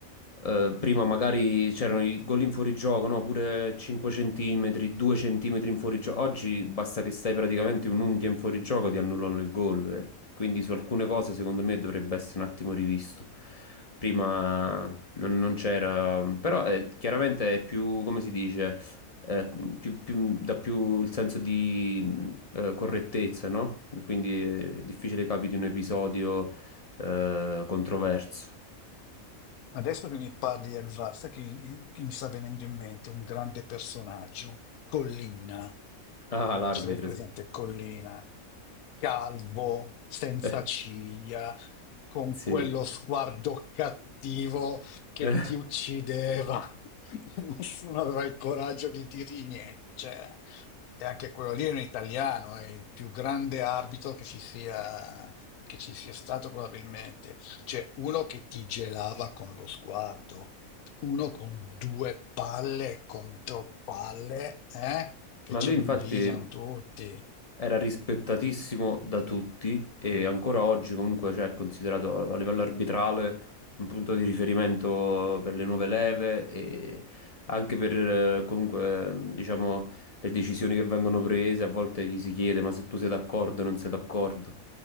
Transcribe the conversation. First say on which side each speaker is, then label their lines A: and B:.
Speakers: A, on the left; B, on the left.
A: eh, prima magari c'erano i gol in fuorigioco, no? Pure 5 centimetri, 2 centimetri in fuorigioco. Oggi basta che stai praticamente un'unghia in fuorigioco, ti annullano il gol. e quindi su alcune cose secondo me dovrebbe essere un attimo rivisto. Prima non, non c'era, però eh, chiaramente è più, come si dice, eh, più- più- dà più il senso di mh, eh, correttezza, no? E Quindi eh, è difficile capiti un episodio eh, controverso.
B: Adesso che mi parli del VAR, sai chi, chi mi sta venendo in mente? Un grande personaggio, Collina.
A: Ah, l'arbitro,
B: Ce l'hai presente
A: sì.
B: Collina? Calvo, senza
A: <laughs> Eh,
B: ciglia, con
A: sì.
B: quello sguardo cattivo che
A: Eh.
B: ti uccideva. <laughs> Nessuno aveva il coraggio di dirgli niente. Cioè, e anche quello lì è un italiano, è il più grande arbitro che ci sia, che ci sia stato probabilmente. Cioè, uno che ti gelava con lo sguardo, uno con due palle contro palle, eh? Che
A: Ma
B: ce
A: lui infatti
B: lo invidiano tutti.
A: era rispettatissimo da tutti e ancora oggi comunque cioè, è considerato a livello arbitrale un punto di riferimento per le nuove leve e anche per eh, comunque diciamo le decisioni che vengono prese, a volte gli si chiede ma se tu sei d'accordo o non sei d'accordo.